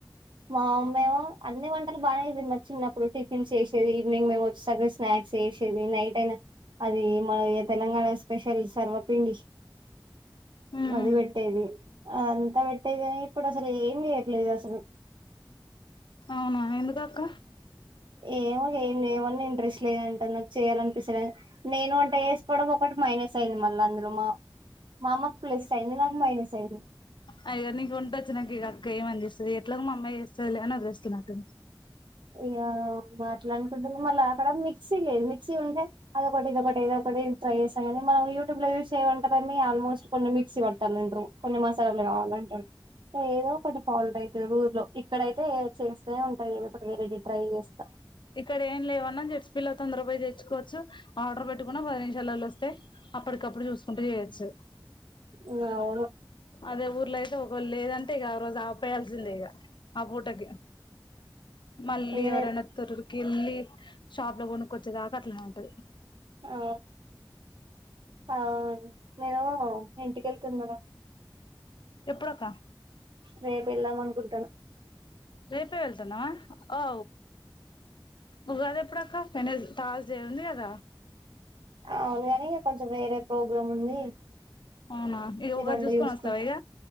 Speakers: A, on the right; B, on the left.
A: మా అమ్మెమో అన్ని వంటలు బానే చిన్నప్పుడు టిఫిన్ చేసేది ఈవినింగ్ మేము వచ్చేసరికి స్నాక్ స్నాక్స్ చేసేది నైట్ అయిన అది మన తెలంగాణ స్పెషల్ తర్వపిండి
B: ఉమ్
A: అది పెట్టేది అదంతా పెట్టేది కానీ ఇప్పుడు అసలు ఏం చేయట్లేదు అసలు
B: అవున ఎందుకక్క
A: ఏమో ఏమి చేయమన్న ఇంట్రెస్ట్ లేదంటది నాకు చేయాలినిపిస్తులే నేను వంట వేసుకోవడం ఒకటి మైనస్ అయింది మళ్ళా అందులో మా మా అమ్మకు ప్లస్ అయింది నాక్ మైనస్ అయింది
B: అ ఇగ నీకు వంటొచ్చు నాకు ఇక అక్క ఏమ నేపిస్తది ఎట్లాగో మా అమ్మాయి చేస్తుంది లే అని వదిేస్తున్నాటు
A: ఇగ మాట్లానుకుంటుంది మళ్ళీ అక్కడ మిక్సీ లేదు మిక్సీ ఉంటే అదొకటి ఇదకటి ఏదోటి ఒకటి ట్రై చేసాం కానీ మనం యూట్యూ లో యూస్ చేయమంటేాన్ని ఆల్మోస్ట్ కొన్ని మిక్సీ పట్టాలంటరు కొన్ని మసాలాలు కావాలంటాడు ఏదో ఒకటి ఫాల్ట్ అయితది ఊర్లో ఇక్కడైతే చేస్తేనేఉంటాయి ఏదో ఒకటి వేరేటి ట్రై చేస్తా
B: ఇక్కడ ఏం లేవన్న జెట్స్ బీలో తొందర పోయి తెచ్చుకోవచ్చు ఆర్డర్ పెట్టుకున్న పది నిమిష్ షాలలో వస్తే అప్పటికప్పుడు చూసుకుంట చేయొచ్చు
A: ఇంక ఆవును
B: అదే ఊర్లో అయితే ఒకళ్ లేదంటే ఇక ఆ రోజు ఆపేయాల్సిందే ఇగ ఆ పూటకి <inaudible> మళ్ళీ
A: దిగలేదు
B: ఎవరన్నా వత్తరు గిళ్లి షాప్లో కొనుక్కొచ్చేదాక అట్లానే ఉంటది
A: ఆ ఆ నేను ఇంటికెళ్ళి తిన్నా
B: ఎప్పుడక్క
A: రేపు ఎల్లాం అనుకుంటం
B: రేపే వెళ్తాన్నావా ఔ ఉగాది ఎప్పుడక్క తర్స్ డే ఉంది కద
A: అవును కాని కొంచెం వేరే ప్రోగ్రామ్ ఉంది
B: అవునా ఇక
A: ఇ
B: ఉగాది
A: రెండు
B: చూసుకొని
A: తీసుకుంది
B: వస్తావా ఇక